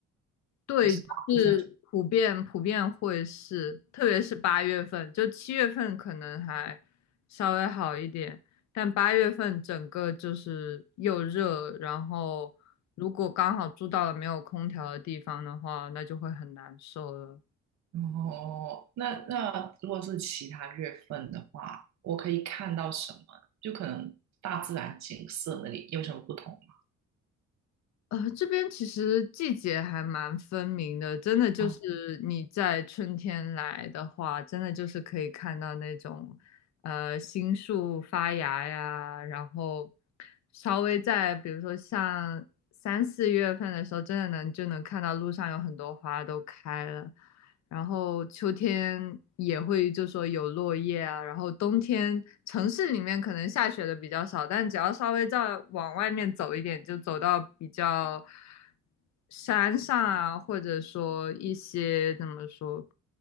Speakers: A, on the left; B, on the right.
A: 对，
B: 还是大部分？
A: 就是普遍普遍会是，特别是八月份，就七月份可能还稍微好一点，但八月份整个就是又热，然后如果刚好住到了没有空调的地方的话，那就会很难受了。
B: 哦，那那如果是其他月份的话，我可以看到什么？就可能大自然景色那里有什么不同吗？
A: 呃，这边其实季节还蛮分明的，真的就是你在春天来的话，
B: 啊，
A: 真的就是可以看到那种，呃，新树发芽呀，然后稍微在比如说像三四月份的时候，真的能就能看到路上有很多花都开了，然后秋天也会就说有落叶啊，然后冬天城市里面可能下雪的比较少，但只要稍微再往外面走一点，就走到比较山上啊，或者说一些怎么说